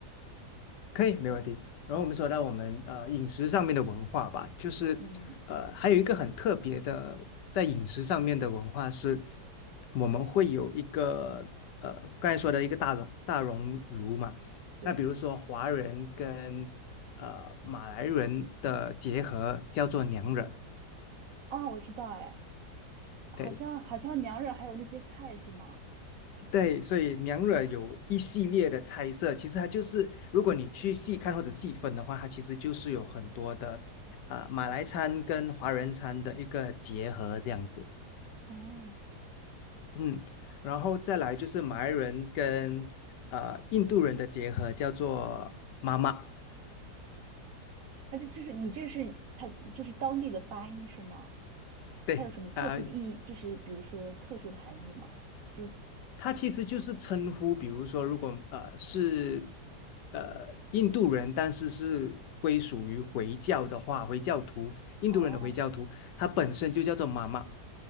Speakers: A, on the left; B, on the right.
A: 可以，没问题。
B: 对对，
A: 然后我们说到我们呃饮食上面的文化吧，就是呃还有一个很特别的在饮食上面的文化是，
B: 嗯。
A: 我们会有一个呃刚才说的一个大熔大熔炉嘛。
B: 对。
A: 那比如说华人跟呃马来人的结合叫做娘惹。
B: 哦，我知道，哎，好像好像娘惹还有那些菜是吗？
A: 对，对，所以娘惹有一系列的猜测，其实它就是，如果你去细看或者细分的话，它其实就是有很多的啊、马来餐跟华人餐的一个结合这样子，
B: 哦，
A: 嗯，然后再来就是马来人跟呃印度人的结合，叫做妈妈，
B: 它这这是你这是它就是当地的发音是吗？
A: 对啊、
B: 它有什么特殊的意义？就是比如说特殊的含义吗？就
A: 它其实就是称呼，比如说，如果呃是呃印度人，但是是归属于回教的话，回教徒，印度人的回教徒，
B: 哦
A: 他本身就叫做妈妈。